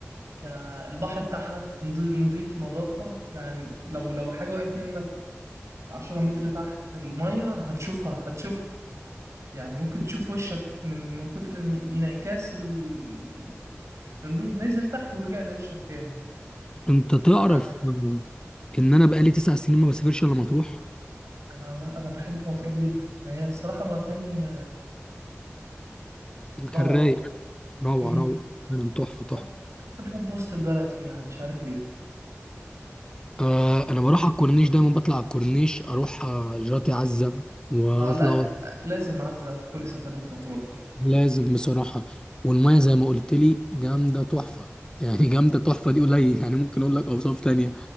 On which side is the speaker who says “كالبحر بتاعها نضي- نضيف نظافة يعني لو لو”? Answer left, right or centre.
Right